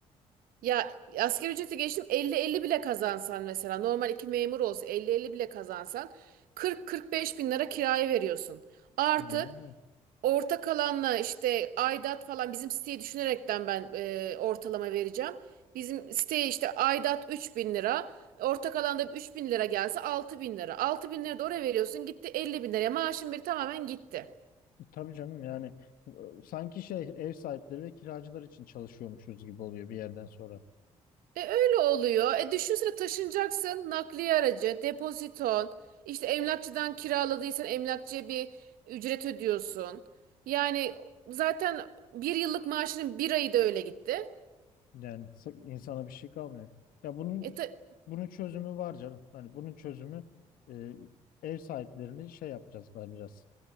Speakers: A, on the right; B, on the left.
A: ya asgari ücreti geçtim elli elli bile kazansan mesela normal iki memur olsa elli elli bile kazansan 40-45 bin lira kiraya veriyorsun artı
B: Aynen öyle.
A: Ortak alanla işte aidat falan bizim siteyi düşünerekten ben e, ortalama vereceğim. Bizim siteye işte aidat 3000 lira. Ortak alanda 3000 lira gelse 6000 lira. altı bin lira da oraya veriyorsun gitti 50 bin liraya maaşın bir tamamen gitti.
B: Tabii canım yani e, sanki şey ev sahipleri ve kiracılar için çalışıyormuşuz gibi oluyor bir yerden sonra.
A: E öyle oluyor. E düşünsene taşınacaksın nakliye aracı, depoziton, işte emlakçıdan kiraladıysan emlakçıya bir ücret ödüyorsun. Yani zaten bir yıllık maaşının bir ayı da öyle gitti.
B: Yani s- insana bir şey kalmıyor. Ya bunun
A: E ta-
B: bunun çözümü var canım. Hani bunun çözümü e, ev sahiplerini şey yapacaklar biraz.